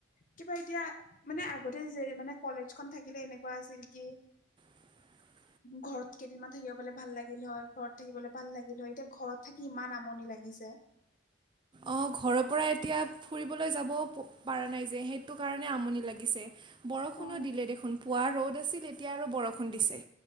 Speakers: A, on the left; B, on the right.
A: কিবা এতিয়া মানে আগতে যে মানে কলেজ খন থাকিলে এনেকুৱা আছিল কি
B: <inaudible>
A: ঘৰত কেইদিনমান থাকিব পালে ভাল লাগিল হয় ঘৰত থাকিবলৈ ভাল লাগিল হয় এতিয়া ঘৰত থাকি ইমান আমনি লাগিছে।
B: অঁ ঘৰৰ পৰা এতিয়া ফুৰিবলৈ যাবও পৰা নাই যে সেইটো কাৰণে আমনি লাগিছে। বৰষুণো
A: অ
B: দিলে দেখোন পুৱা ৰ'দ আছিল এতিয়া আৰু বৰষুণ দিছে।